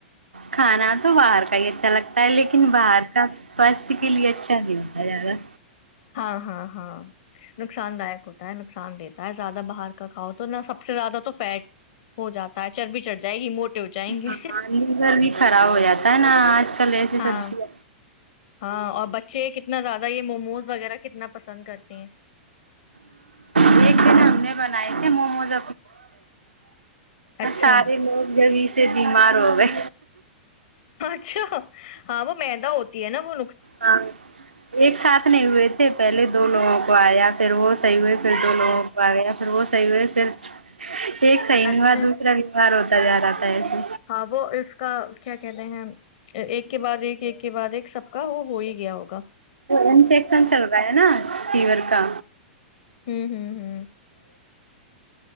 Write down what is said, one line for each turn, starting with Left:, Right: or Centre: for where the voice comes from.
Right: کھانا تو باہر کا ہی اچھا لگتا ہے لیکن باہر کا سواستھ کے لیے اچھا نہیں ہوتا ہے زیادہ
Left: ہاں ہاں ہاں نقصان داک ہوتا ہے نقصان دیتا ہے زیادہ باہر کا کاؤ تو نہا سب سے زیادہ تو فیٹ ہو جاتا ہے چربی چڑھ جائے ہو جائیں گے
Right: ہاں لیگرر بھی خرا ہویا تھا ت نا آج کل ایسی
Left: ہاں
Right: سبزی
Left: ہاں اور بچے کتنے نا زیادہ یہ موموز وغیرہ کتنا پسند کرتے ہیں
Right: دیکھ د نا ہم نے ب موز
Left: اچھا
Right: سارے لوگ جی سے بیمار ہو گئے
Left: اچھا ہاں وہ مدا ہوتا ہے ن بو
Right: ہاں ایک ساتھ نہیں ہوئے تھے پہلے دو لوگوں کو کو آیا پھر وہ صحیح ہوئے پھر دو
Left: اچھا
Right: لوگوں کو آ گیا پھر وہ صحیح ہوئے پھر ایک صحی نہیںوار
Left: اچھا
Right: دوسرا ووار ہوتا جا رہا تھا ایسے
Left: ہاں وہ اس کا کیا کہتے ہیں ایک کے بعد ایک ایک کے بعد ایک سب کا وہ ہو ہی گیا ہوگا
Right: انفیکشن چل رہا ہے نا فیور کا
Left: ہ ہوں ہوں